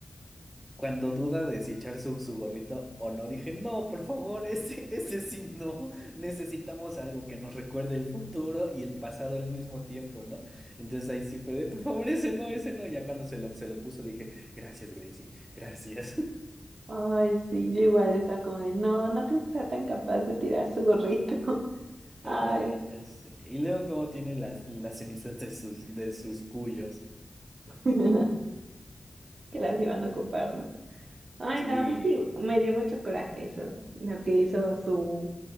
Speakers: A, on the right; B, on the right.
A: cuando duda de si echar su, su gorrito o no, dije, no, por favor, <laughs> ese, ese sí no, necesitamos algo que nos recuerde el futuro y el pasado al mismo tiempo, ¿no? Entonces ahí sí fue de, por favor, ese no, ese no, ya cuando se lo, se lo puso dije, gracias, Gracie, gracias.
B: Ay, sí, yo igual estaba como de, no, no creo que sea tan capaz de tirar su gorrito. <laughs> Ay,
A: Ay, ya sé. Y luego cómo tiene las, las cenizas de sus, de sus cuyos.
B: <laughs> que las iban a ocupar, ¿no? Ay,
A: Sí,
B: no, a mí sí me dio mucho coraje eso, lo que hizo su